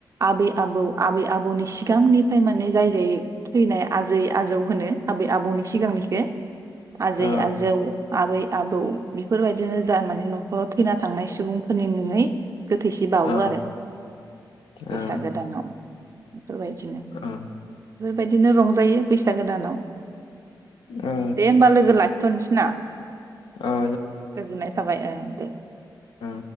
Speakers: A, on the right (about 40°); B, on the left (about 80°).
A: आबै आबौ आबै आबौनि सिगांनिफाय माने जाय जाय थैनाय आजै आजौ होनो आबै आबौनि सिगांनिखो आजै
B: औ
A: आजौ आबै आबौ बेफोरबायदिनो जा माने न'खराव थैना थांनाय सुबुंफोरनि मुङै गोथैसि बावो
B: औ
A: आरो बैसागो
B: औ
A: दानाव। बेफोरबायदिनो बेफोरबायदिनो
B: औ
A: रंजायो बैसागो दानाव।
B: औ
A: दे होमबा लोगो लाखिथ'नोसै ना?
B: औ
A: गोजोननाय थाबाय ओं दे।
B: औ